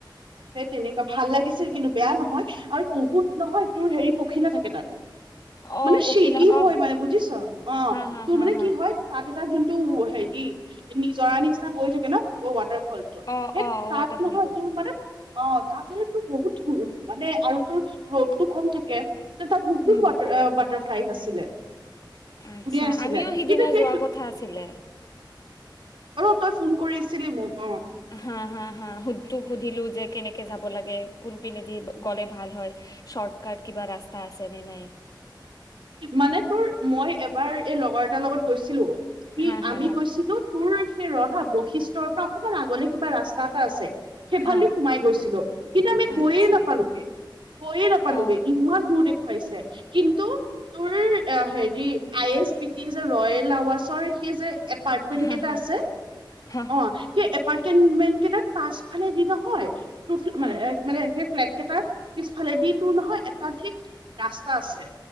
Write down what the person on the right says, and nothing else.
সেই তেনেকুৱা ভাল লাগিছিল কিন্তু বেয়া নহয় আৰু বহুত নহয় তোৰ হেৰি পখিলা থাকে তাত,
মানে
চেদি
হয় মানে বুজিছ। অ'
তোৰ
মানে
কি হয় তাত যোনটো হেৰি নিজৰা নিচিনা বৈ থাকে ন, ব ৱাটাৰ ফলটো সেই
তাত
নহয় তোৰ মানে অ' তাত মানে তোৰ বহুত মানে আৰু তোৰ ৰ'দটো কম থাকে ত' তাত বহুত
ৱাটাৰ বাতাৰ ফ্লাইজ আছিলে।
ধুনীয়া আছিলে
কিন্তু সেইটো
অঁ তই ফোন কৰি আছিলি মোক। অ
মানে তোৰ মই এবাৰ এই লগৰ এটাৰ লগত গৈছিলো, সি
আমি
গৈছিলো তোৰ সেই ৰহা বৈশিষ্ট্যৰ পৰা অকমান আগলে কিবা ৰাস্তা এটা আছে সেইফালেদি
সোমাই গৈছিলো, কিন্তু আমি গৈয়ে
নাপালোগে, গৈয়ে নাপালোগে
ইমান দূৰ দেখুৱাইছে। কিন্তু তোৰ হেৰি আই এছ পিটি এছ এ ৰয়েল আৱাজ চৰ সেই যে এপাৰ্টমেণ্ট
কেইটা
আছে,
অঁ সেই এপাৰ্টমেণ্ট কিমান কেইটাত পাছফলেদি নহয়, <unintelligible>
কেইটাৰ পিছফালেদি তোৰ নহয় এটা ঠিক ৰাস্তা আছে।